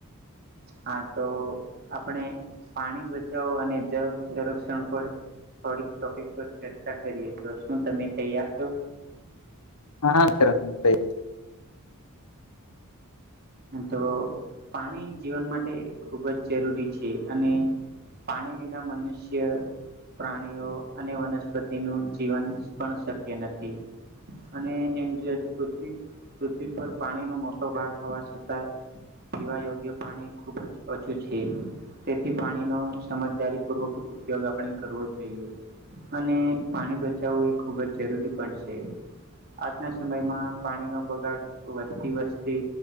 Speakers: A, on the right; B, on the left.
A: હા તો આપણે પાણી બચાવો અને જળ સંરક્ષણ પર થોડીક ટોપિક પર ચર્ચા કરીએ તો શું તમે તૈયાર છો
B: હા હ છે
A: તો પાણી જીવન માટે ખુબ જ જરૂરી છે અને પાણી વિના મનુષ્ય પ્રાણીઓ અને વનસ્પતિનું જીવન પણ શક્ય નથી અને એમ છે પૃથ્વી પૃથ્વી પર પાણીનોમોટો ભાગ હોવા છતાં પીવા યોગ્ય પાણી ખુબ જ ઓછું છે તેથી પાણીનો સમજદારી પૂર્વક ઉપયોગ આપણે કરવો જોઈએ અને પાણી બચાવવું એ ખૂબ જ જરૂરી પણ છે આજના સમયમાં પાણીનો બગાડ વધતી વસ્તી